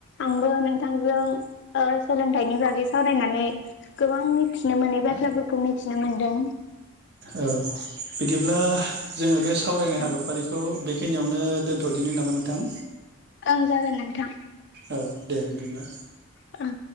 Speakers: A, on the left; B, on the right.
A: आंबो नोंथांजों सोलोंथाइनि बागै सावरायनानै गोबां मिथिनो मोनै बाथ्राफोरखौ खौ मिथिनो मोन्दों
B: औ बिदिब्ला जोङो बे सावरायनाय
A: ओं
B: हाबाफारिखौ बेखिनियावनो दोन्थ'दिनो नामा नोंथां
A: ओं जागोन नोंथां
B: औ दे बिदिब्ला
A: औ